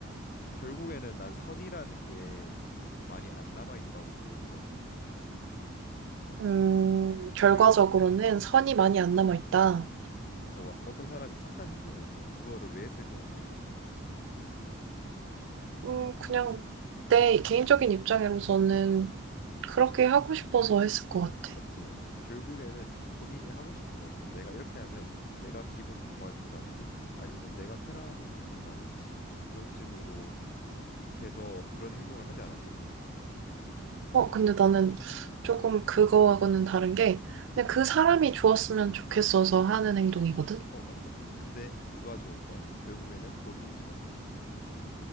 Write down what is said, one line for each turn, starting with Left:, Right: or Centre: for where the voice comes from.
Left: 결국에는 난 선이라는 게 많이 안 남아 있다고 보고 있거든.
Right: 음, 결과적으로는
Left: 그래서
Right: 선이 많이 안 남아있다.
Left: 봐봐 어떤 사람이 착한 행동을 했어. 그거를 왜 했을 것 같아?
Right: 음, 그냥 내 개인적인 입장으로서는
Left: 응.
Right: 그렇게 하고 싶어서 했을 것 같아.
Left: 맞지, 맞지. 결국에는 본인이 하고 싶은 거였잖아. 내가 이렇게 하면 내가 기분이 좋아진다든지 아니면 내가 편안함을 느낀다든지 그런 식으로 돼서 그런 행동을 하지 않았을까?
Right: 어, 근데 나는
Left: 음,
Right: 조금 그거하고는 다른 게,
Left: 음.
Right: 그냥 그 사람이 좋았으면 좋겠어서 하는 행동이거든?
Left: 어, 맞죠. 근데 누가 좋은 거야? 결국에는 본인이 좋은 거잖아.